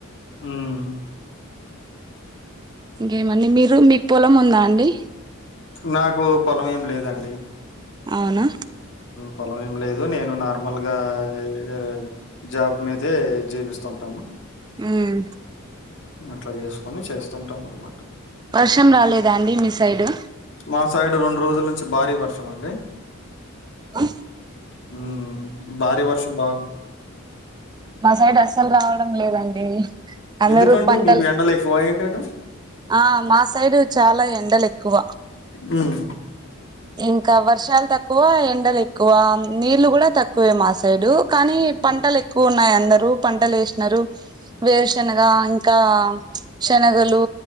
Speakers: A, on the left; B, on the right.
A: మ్మ్
B: ఇంకేమండి మీరు మీకు పొలం ఉందా అండి
A: నాకు పొలం ఏం లేదండి
B: అవునా
A: పొలం ఏం లేదు నేను నార్మల్గా ఆ జాబ్ మీదే జీవిస్తుంటాను
B: మ్మ్
A: అట్లా చేసుకొని చేస్తుంటాం అనమాట
B: వర్షం రాలేదా అండి మీ సైడు
A: మా సైడు రొండు రోజుల నుంచి భారీ వర్షం అండి
B: ఆ
A: మ్మ్ భారీ వర్షం బాగున్
B: మా సైడ్ అస్సలు రావడం లేదండి అందరూ
A: ఎందుకండి
B: పంటలు
A: మీకు ఎండలెక్కువ ఏంటంట
B: ఆ మా సైడు చాలా ఎండలు ఎక్కువ
A: మ్మ్
B: ఇంకా వర్షాలు తక్కువ ఎండలు ఎక్కువ నీళ్లు కూడా తక్కువే మా సైడు కానీ
A: హ్మ్.
B: పంటలు ఎక్కువ ఉన్నాయి అందరు పంటలు వేసినారు. వేరుశనగ ఇంకా శనగలు